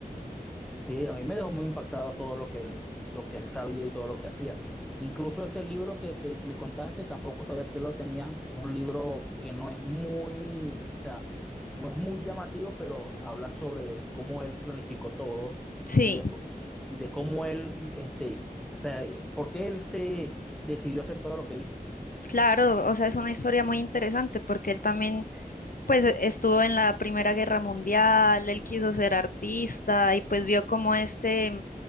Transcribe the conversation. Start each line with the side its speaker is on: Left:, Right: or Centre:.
Centre: Sí, a mí me dejó muy impactado todo lo que él, lo que él sabía y todo lo que hacía. Incluso ese libro que te- me contaste, tampoco sabía que lo tenía. Es un libro que no es muy, o sea, no es muy llamativo, pero habla sobre de cómo él planificó todo
Left: Sí,
Centre: y de, por- y de cómo él, este, o sea, por qué él se decidió hacer todo lo que hizo.
Left: claro, o sea, es una historia muy interesante porque él también Pues e- estuvo en la Primera Guerra Mundial, él quiso ser artista y pues vio como este mm,